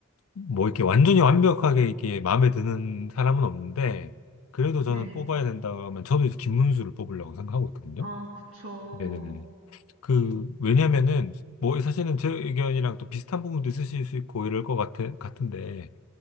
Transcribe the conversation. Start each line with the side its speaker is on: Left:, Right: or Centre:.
Left: 뭐 이렇게 완전히 완벽하게 이렇게 마음에 드는 사람은 없는데, 그래도 저는
Right: 네.
Left: 뽑아야 된다고 하면 저도 이제 김문수를 뽑으려고 생각하고 있거든요.
Right: 아, 그쵸.
Left: 네네네. 그, 왜냐면은, 뭐 사실은 제 의견이랑 또 비슷한 부분도 있으실 수 있고 이럴 것 같아, 같은데,